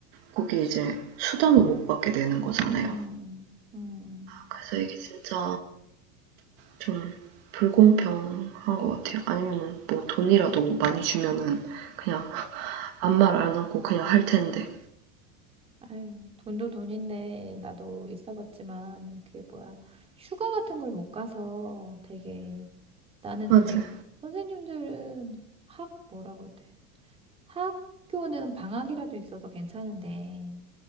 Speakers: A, on the right; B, on the right.
A: 거기
B: 그치.
A: 이제 수당을 못 받게 되는 거잖아요.
B: 음, 음.
A: 그래서 이게 진짜 좀 불공평한 것 같아요. 아니면 뭐 돈이라도 많이 주면은 그냥 아무 말 안 하고 그냥 할 텐데.
B: 아유, 돈도 돈인데 나도 있어봤지만 그게 뭐야 휴가 같은 걸 못 가서 되게 나는
A: 맞아요.
B: 그게 선생님들은 학 뭐라고 해야 돼 학교는 방학이라도 있어서 괜찮은데